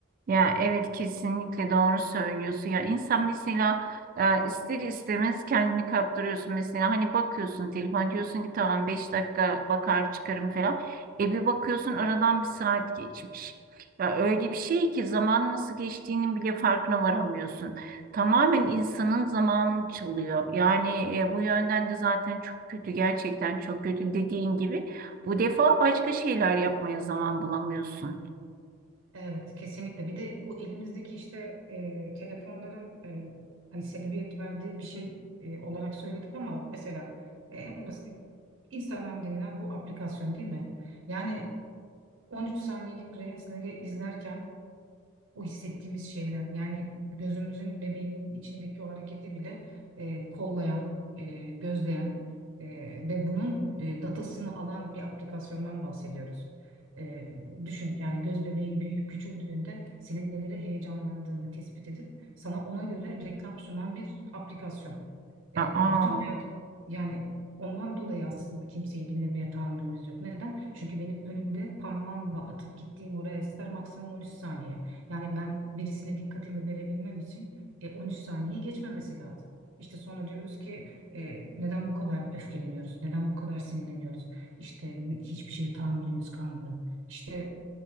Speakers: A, on the right; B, on the right.
A: Ya evet kesinlikle doğru söylüyorsun. Ya insan mesela e, ister istemez kendini kaptırıyorsun. Mesela hani bakıyorsun telefon diyorsun ki tamam 5 dakika bakar çıkarım falan. E bir bakıyorsun aradan bir saat geçmiş. Ya öyle bir şey ki zaman nasıl geçtiğinin bile farkına varamıyorsun. Tamamen insanın zamanını çalıyor. Yani e, bu yönden de zaten çok kötü gerçekten çok kötü dediğin gibi. Bu defa başka şeyler yapmaya zaman bulamıyorsun.
B: Evet, kesinlikle. Bir de bu elimizdeki işte e, telefonların e, hani sebebiyet verdiği bir şey e, olarak söyledik ama mesela e, en basit Instagram denilen bu aplikasyon değil mi? Yani 13 saniyelik reelsleri izlerken o hissettiğimiz şeyler yani gözümüzün bebeğinin içindeki o hareketi bile e, kollayan, e, gözleyen e, ve bunun e, datasını alan bir aplikasyondan bahsediyoruz. E, düşün yani göz bebeğin büyüyüp küçüldüğünde senin neleri heyecanlandığını tespit edip sana ona göre reklam sunan bir aplikasyon. E,
A: Aa.
B: bütün hayat yani ondan dolayı aslında kimseyi dinlemeye tahammülümüz yok. Neden? Çünkü benim önümde parmağımla atıp gittiğim o reelsler maksimum 13 saniye. Yani ben birisine dikkatimi verebilmem için e, 13 saniyeyi geçmemesi lazım. İşte sonra diyoruz ki e, neden bu kadar öfkeleniyoruz? Neden bu kadar sinirleniyoruz? İşte hiçbir şeye tahammülümüz kalmadı. İşte